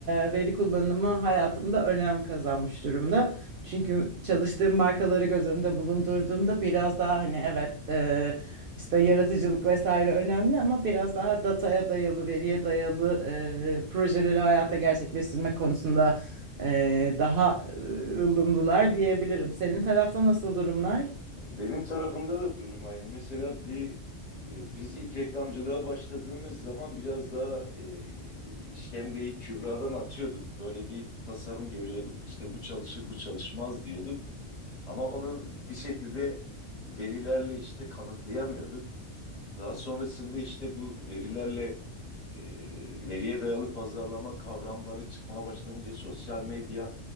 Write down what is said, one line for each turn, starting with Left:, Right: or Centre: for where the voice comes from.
Right: e, veri kullanımı hayatımda önem kazanmış durumda. Çünkü çalıştığım markaları göz önünde bulundurduğumda biraz daha hani evet e, işte yaratıcılık vesaire önemli ama biraz daha dataya dayalı, veriye dayalı e, projeleri hayata gerçekleştirmek konusunda e, daha e, ılımlılar diyebilirim. Senin tarafta nasıl durumlar?
Left: Benim tarafımda da durum aynı. Mesela bir e, biz ilk reklamcılığa başladığımız zaman biraz daha e, işkembeyi kübradan atıyorduk. Böyle bir tasarım görüyorduk. İşte bu çalışır, bu çalışmaz diyorduk. Ama onu bir şekilde verilerle işte kanıtlayamıyorduk. Daha sonrasında işte bu verilerle e, veriye dayalı pazarlama kavramları çıkmaya başlayınca sosyal medya